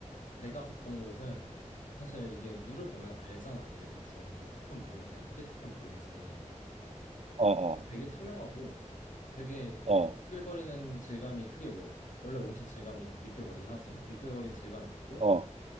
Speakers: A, on the left; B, on the right.
A: 내가 갔던 곳은, 사실 이게 물을 보면 알잖아. 이게 대충 깨끗한 물인지 안 깨끗한 물인지
B: 어, 어,
A: 되게 투명하고 되게
B: 어.
A: 미끌거리는 질감이 크게 월, 원래 온천 질감이 미끌거리긴 하지. 미끌거린 질감이 있고
B: 어,